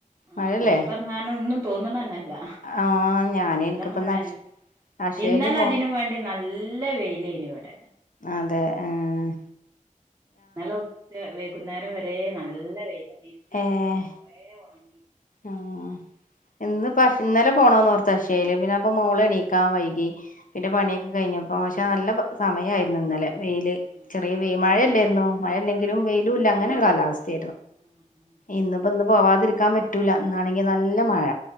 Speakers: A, on the right; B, on the left.
A: ആഹ്
B: മഴല്ലേ
A: പൊറത്തെറങ്ങാനൊന്നും- തോന്നുണന്നെ- ഇല്ല
B: ആഹ് ഞാന്
A: നല്ല
B: എനിക്കിപ്പ
A: മഴ തന്നെ
B: അക്ഷയേല്
A: ഇന്നലെയതിനും
B: പോ
A: വേണ്ടി നല്ല നല്ല വെയിലേനേനിവടെ-
B: അതെ ആഹ്
A: നല്ല ഉച്ച വേഗു ന്നേരം വരെ നല്ല വെയില ഇരിമ്പിയൊക്കെ
B: ഏഹ്
A: കെറെയൊണങ്ങി-
B: ആഹ് എന്ന് പ ഇന്നലെ പോണം തശേല പിന്നെ ഇപ്പ മോള്
A: ഉം
B: എണ്ണിക്കാൻ വൈകി പിന്നെ പണിയൊക്കെ കഴിഞ്ഞപ്പോ പക്ഷ നല്ല സമയമായിരുന്നു ഇന്നലെ വെയില്
A: ഉം ഉം
B: ചെറിയ
A: ഉം
B: വെ മഴയല്ലായിുന്നോ മഴല്ലെങ്കിലും വെയിലും ഇല്ല അങ്ങനെ ഒരു കാലാവസ്ഥ
A: ആഹ് ആഹ്
B: ഇന്ന്പ്പോ എ പോവാതിരിക്കാൻ പറ്റൂല എന്നന്നാണെങ്കിൽ നല്ല മഴ